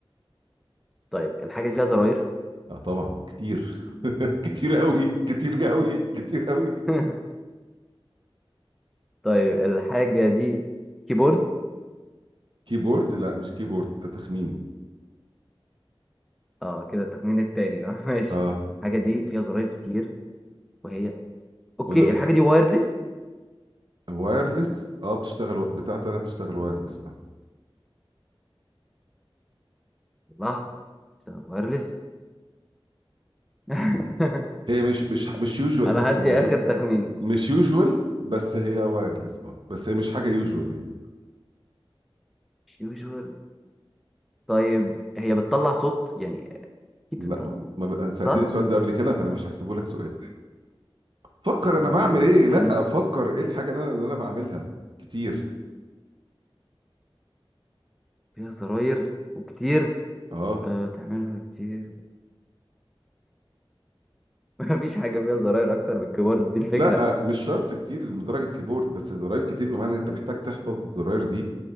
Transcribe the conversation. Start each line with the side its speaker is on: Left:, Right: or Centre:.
Centre: طيب الحاجة دي فيها زراير
Right: اه طبعا كتير <laughs> كتير قوي كتير قوي كتير قوي
Centre: <laughs> طيب الحاجة دي كيبورد
Right: كيبورد لا مش كيبورد ده تخمين
Centre: اه كده التخمين التاني <laughs> ماشي
Right: اه
Centre: الحاجة دي فيها زراير كتير وهي اوكي
Right: وانا ب...
Centre: الحاجة دي وايرلس
Right: وايرلس اه بتشتغل و- بتاعتي انا بتشتغل وايرلس اه
Centre: الله وايرلس <laughs>
Right: هي مش مش مش يوجوال
Centre: انا
Right: تبقى
Centre: هدي
Right: موجود
Centre: اخر تخمين
Right: مش يوجوال بس هي وايرلس اه بس هي مش حاجه يوجوال يعني
Centre: يوجوال طيب هي بتطلع صوت يعني اكيد
Right: لا
Centre: بتطلع
Right: ما ما ب- سألتني
Centre: صح
Right: السؤال ده قبل كده فانا مش هحسبه لك سؤال فكر انا
Centre: أمم،
Right: بعمل ايه لا فكر ايه الحاجه اللي انا اللي انا بعملها كتير
Centre: فيها زراير وكتير
Right: اه
Centre: أه بتعملها كتير <laughs> مفيش حاجة فيها زراير اكتر من الكيبورد دي الفكرة
Right: لا مش شرط كتير لدرجه كيبورد بس زراير كتير بمعنى انت محتاج تحفظ الزراير دي